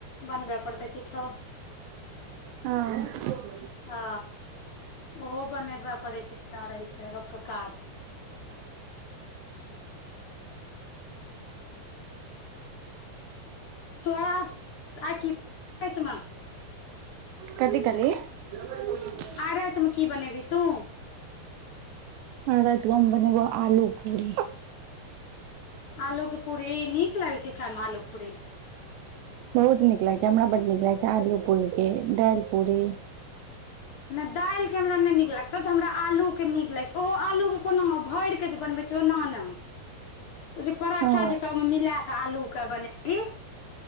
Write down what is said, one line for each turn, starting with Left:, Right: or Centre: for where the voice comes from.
Left: बनबे पड़तै किछो।
Right: हँ।
Left: ह ओहो बनेबऽ परै छै तऽ रहै छै लोकके काज। तो आ कीच। <unintelligible>
Right: कथी कहलीए। देबऽ कोना क।
Left: आइ रातिमे की बनेबही तू।
Right: आइ रैतमें बनेबो आलू पूरी।
Left: आलू के पूरी नीक लागै छै खाय मे आलू पूरी।
Right: बहुत नीक लागैत छै हमरा बड्ड नीक लागैत छै आलू पूरीके दैल पूरी।
Left: नहि दालि के हमरा नहि नीक लगतो तऽ हमरा आलू के नीक लागै छै ओहो आलू के कोनामे भैर। जे बनबै ओना ने। ओ जे पराठा
Right: हँ
Left: जकाँ ओयमे मिलाकऽ आलूके बनेबीह।